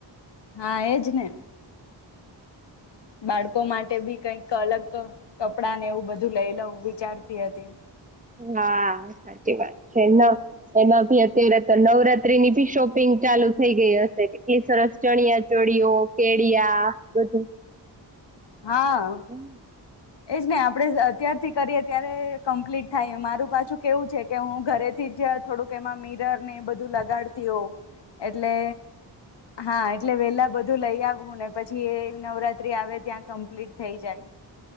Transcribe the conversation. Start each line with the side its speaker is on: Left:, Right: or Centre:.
Left: હા એજ ને બાળકો માટે બી કઈક અલગ કપડા ને એવું બધું લઈ લઉ વિચારતી હતી.
Right: હા સાચી વાત છે. ના એમાં ભી અત્યારે તો નવરાત્રીની બી શોપિંગ ચાલુ થઈ ગઈ હશે કેટલી સરસ ચણિયા ચોળીઓ, કેળિયા હા બધું.
Left: હા.
Right: હમ
Left: એજ ને આપડે અત્યારથી કરીએ ત્યારે કમ્પ્લીટ થાય મારું પાછું કેવું છે કે હું ઘરેથી થોડુંક એમાં મિરર ને બધું લગાડતી હોવ એટલે હા એટલે વેલા બધું લઈ આવવું ને પછી એ નવરાત્રી આવે ત્યાં કમ્પ્લીટ થઈ જાય.